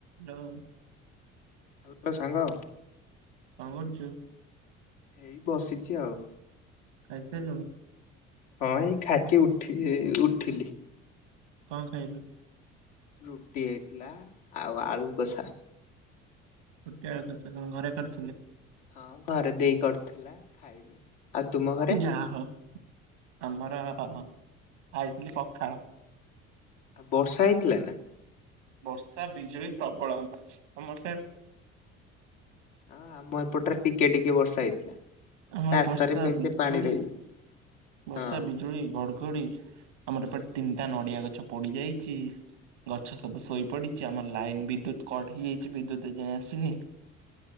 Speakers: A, on the right; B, on the left.
A: ଲୋ।
B: Hello ସାଙ୍ଗ।
A: କଁ କରୁଚୁ?
B: ଏଇ ବସିଛି ଆଉ।
A: ଖାଇ ସାରଲୁଣି?
B: ହଁ ଏଇ ଖାଇକି ଉଠି ଏ-ଉଠିଲି।
A: କଁ ଖାଇଲୁ?
B: ରୁଟି ହେଇଥିଲା ଆଉ ଆଳୁ କଷା।
A: ରୁଟି ଆଳୁ କଷା କଣ ଘରେ କରିଥିଲେ?
B: ହଁ ଘରେ ଦେଇ କରିଥିଲା ଖାଇନୁ, ଆଉ ତୁମ ଘରେ?
A: ଯାହା ହଉ ଆମର ଖାଇଥିଲି ପଖାଳ।
B: ଆ ବର୍ଷା ହେଇଥିଲା ନା।
A: ବର୍ଷା ବିଜୁଳି ପ୍ରବଳ ତମର ସାଡ।
B: ହଁ ଆମ ଏପଟରେ ଟିକେ ଟିକେ ବର୍ଷା ହେଇଥିଲା।
A: ଆମର
B: ରାସ୍ତାରେ
A: ବର୍ଷା,
B: ମେଞ୍ଚେ
A: ବିଜୁଳି,
B: ପାଣି ରହିଯାଇଛି।
A: ବର୍ଷା,
B: ହଁ
A: ବିଜୁଳି, ଘଡଗ କୋଡି ଆମର ଏପଟେ ତିନଟା ନଡିଆ ଗଛ ପୋଡି ଯାଇଛି। ଗଛ ସବୁ ଶୋଇ ପଡିଚି ଆମର ଲାଇନ ବିଦ୍ୟୁତ କଟ୍ ହେଇଯାଇଛି ବିଦ୍ୟୁତ ଏ ଯାଏଁ ଆସିନି।